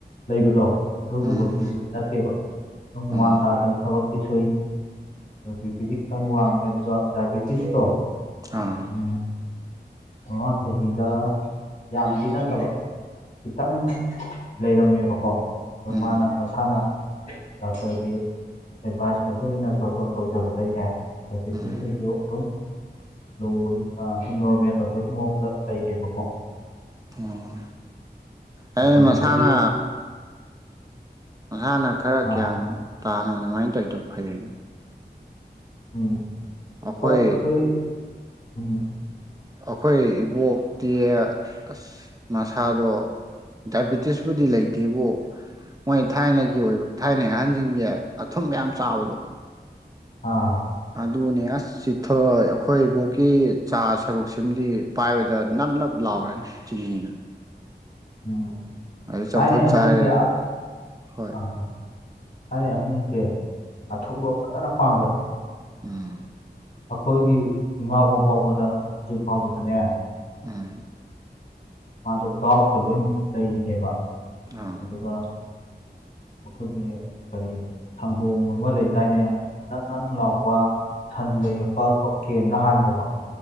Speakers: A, on the left (about 45°); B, on the right (about 20°).
A: ꯂꯩꯕꯗꯣ ꯑꯗꯨꯒꯨꯝꯕ
B: ꯎꯝ
A: ꯃꯤꯗꯨꯗꯤ ꯅꯠꯇꯦꯕ ꯑꯗꯨ ꯍꯨꯃꯥꯡ
B: ꯎꯝ
A: ꯇꯥꯗꯅ ꯊꯕꯛ ꯄꯤ ꯁꯣꯏ ꯕꯤ ꯄꯤꯗꯤ ꯈꯤꯇꯪ ꯋꯥꯡꯉꯦ ꯑꯗꯨꯒ ꯗꯥꯏꯕꯤꯇꯤꯁꯇꯣ
B: ꯑꯥ
A: ꯎꯝ ꯃꯃꯥꯡ ꯆꯍꯤꯗ ꯌꯥꯝꯗꯤ ꯅꯠꯇꯕ ꯈꯤꯇꯪ ꯂꯩꯔꯝꯃꯦꯕꯀꯣ ꯑꯗꯣ
B: ꯎꯝ
A: ꯃꯥꯅ ꯃꯁꯥꯅ ꯗꯥꯛꯇꯔꯒꯤ ꯑꯦꯗꯚꯥꯏꯁ ꯃꯇꯨꯡꯏꯟꯅ ꯖꯣꯇꯣꯟ ꯇꯧꯖꯕꯗꯩꯅꯦ ꯗꯥꯏꯐꯦꯇꯤꯁꯅꯁꯨ
B: ꯎꯝ
A: ꯑꯗꯨꯝ ꯂꯣ ꯑ ꯑꯗꯨꯝ ꯅꯣꯔꯃꯦꯜ ꯑꯣꯏ ꯃꯑꯣꯡꯗ ꯂꯩꯔꯦꯕꯀꯣ
B: ꯎꯝ ꯑꯩ
A: ꯍꯧꯖꯤꯛꯄꯨꯗꯤ
B: ꯃꯁꯥꯅ ꯃꯁꯥꯅ ꯈꯔ
A: ꯑ,
B: ꯒ꯭ꯌꯥꯟ
A: ꯍ
B: ꯇꯥꯅ ꯑꯗꯨꯃꯥꯏꯅ ꯇꯧꯏꯗꯣ ꯐꯩ
A: ꯎꯝ
B: ꯑꯩꯈꯣꯏ
A: ꯍꯣꯏ ꯑꯈꯣꯏ ꯎꯝ
B: ꯑꯈꯣꯏ ꯏꯕꯣꯛꯇꯤ ꯑꯁ ꯃꯁꯥꯗꯣ ꯗꯥꯏꯕꯤꯇꯤꯁꯄꯨꯗꯤ ꯂꯩꯇꯦꯕꯨ ꯃꯣꯏ ꯊꯥꯏꯅꯒꯤ ꯑꯣꯏꯕ ꯊꯥꯏꯅꯒꯤ ꯑꯍꯟꯖꯤꯡꯒꯤ ꯑꯊꯨꯝꯕ ꯌꯥꯝ ꯆꯥꯕꯗꯣ
A: ꯑꯥ
B: ꯑꯗꯨꯅꯦ ꯑꯁ ꯆꯤꯊꯣꯏ ꯑꯈꯣꯏ ꯏꯕꯣꯛꯀꯤ ꯆꯥ ꯁꯔꯨꯛꯁꯤꯝꯗꯤ ꯄꯥꯏꯕꯗ ꯅꯞ ꯅꯞ ꯂꯥꯎꯔꯅꯤ ꯆꯤꯅꯤꯅ
A: ꯎꯝ
B: ꯑꯗꯩ
A: ꯊꯥꯏꯅꯩ
B: ꯆꯝꯐꯨꯠ
A: ꯑꯍꯟꯖꯤꯡꯖꯦ
B: ꯆꯥꯔꯦ
A: ꯑꯠ
B: ꯍꯣꯏ
A: ꯑꯥ ꯊꯥꯏꯅꯩ ꯑꯍꯟꯖꯤꯡꯖꯦ ꯑꯊꯨꯝꯕ ꯐꯖꯅ ꯄꯥꯝꯕꯅꯦ
B: ꯎꯝ
A: ꯑꯈꯣꯏꯒꯤ ꯏꯃꯥꯕꯣꯛ ꯐꯥꯎꯕꯗ ꯍꯧꯖꯤꯛ ꯐꯥꯎꯕꯗꯅꯦ ꯑꯥ
B: ꯎꯝ
A: ꯃꯥꯗꯣ ꯒꯥꯎꯠꯀ ꯂꯣꯏꯟ ꯂꯩꯔꯤꯅꯦꯕ
B: ꯑꯥ
A: ꯑꯗꯨꯒ ꯑꯩꯈꯣꯏꯒꯤ ꯀꯔꯤ ꯁꯪꯒꯣꯝ ꯑꯃ ꯂꯩꯗꯥꯏꯅꯦ ꯅꯪ ꯅꯪ ꯂꯥꯎꯕ ꯁꯟꯒ ꯌꯦꯛꯄ <unintelligible> ꯀꯦꯟꯗ ꯍꯥꯟꯕꯗꯣ